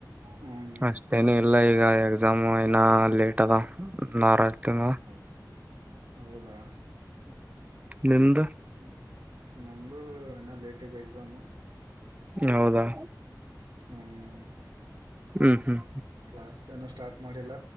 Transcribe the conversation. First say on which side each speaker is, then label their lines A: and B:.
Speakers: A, on the right (about 75°); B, on the right (about 20°).
A: ಹ್ಮ್
B: ಅಷ್ಟೇನೆ ಎಲ್ಲ ಈಗ ಎಕ್ಸಾಮ್ ಅಐನ ಲೇಟ್ ಅದ ನಾರ ತಿಂಗಳ
A: ಹ್ಮ್ ಹೌದಾ
B: ನಿಂದ
A: ಹ್ಮ್ ನಮ್ದು ಏನ ಲೇಟ್ ಇದೆ ಎಕ್ಸಾಮು
B: ಹೌದಾ
A: ಹ್ಮ್
B: ಹ್ಮ್ ಹ್ಮ್
A: ಕ್ಲಾಸ್ ಏನೋ ಸ್ಟಾರ್ಟ್ ಮಾಡಿಲ್ಲ